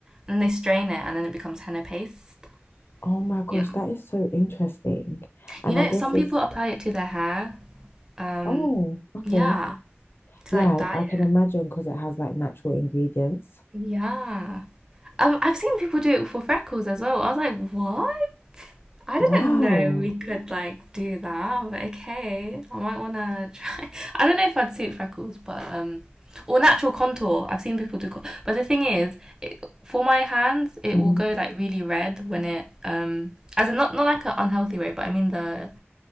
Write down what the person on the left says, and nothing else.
oh my gosh,
that is so interesting. And
I guess
it's,
oh, okay.
Yeah,
I can
imagine because it has like natural ingredients.
Wow.
Mhm.